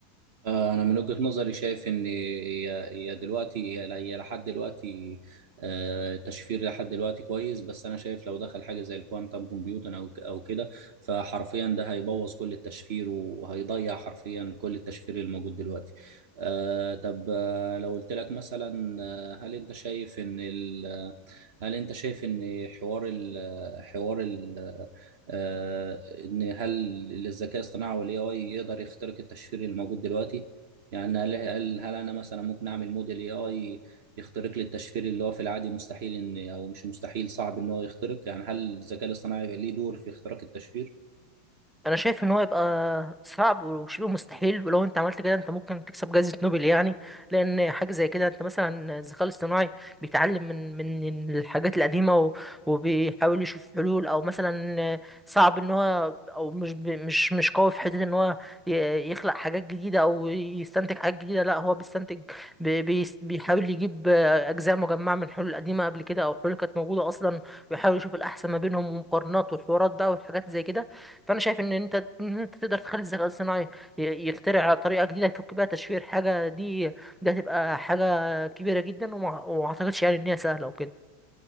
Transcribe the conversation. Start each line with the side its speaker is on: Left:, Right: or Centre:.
Right: آه، أنا من وجهة نظري شايف إن هي هي دلوقتي هي هي لحد دلوقتي آه، تشفير لحد دلوقتي كويس بس أنا شايف لو دخل حاجة زي الكوانتم كومبيوتر أو ك- أو كده فحرفيا ده هيبوظ كل التشفير وهيضيع حرفيا كل التشفير الموجود دلوقتي. آه، طب آه، لو قلت لك مثلا آه، هل أنت شايف إن ال- هل أنت شايف إن حوار ال حوار ال آه، ان هل الذكاء الاصطناعي والاي اي يقدر يخترق التشفير الموجود دلوقتي يعني هل هل هل انا مثلا ممكن اعمل موديل اي اي يخترق لي التشفير اللي هو في العادي مستحيل ان او مش مستحيل صعب ان هو يخترق يعني هل الذكاء الاصطناعي ليه دور في اختراق التشفير
Centre: انا شايف ان هو يبقى صعب وشبه مستحيل ولو انت عملت كده انت ممكن تكسب جائزة نوبل يعني لان حاجة زي كده انت مثلا الذكاء الاصطناعي بيتعلم من من الحاجات القديمة و- وبيحاول يشوف حلول او مثلا صعب ان هو او مش ب- مش مش قوي في حتة ان هو ي- يخلق حاجات جديدة او يستنتج حاجات جديدة لا هو بيستنتج بي- بي- بيحاول يجيب اجزاء مجمعة من حلول قديمة قبل كده او حلول كانت موجودة اصلا ويحاول يشوف الاحسن ما بينهم ومقارنات وحوارات بقى وحاجات زي كده فانا شايف ان انت ان انت تقدر تخلي الذكاء الصناعي ي- يخترع طريقه جديده يفك بيها تشفير حاجه دي ده هتبقى حاجه كبيره جدا وما وما اعتقدش يعني ان هي سهله وكده